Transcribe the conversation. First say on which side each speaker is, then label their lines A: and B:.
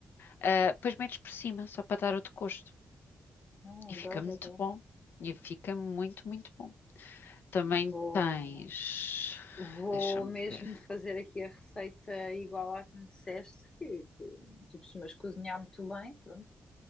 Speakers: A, on the left (about 65°); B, on the left (about 20°).
A: Ah, depois metes por cima, só para dar outro gosto.
B: Não,
A: E
B: adoro,
A: fica muito
B: adoro.
A: bom. E fica muito, muito bom. Também
B: Vou,
A: tens.
B: vou
A: Deixa-me
B: mesmo
A: ver.
B: fazer aqui a receita igual à que me disseste, que, que tu costumas cozinhar muito bem, pronto,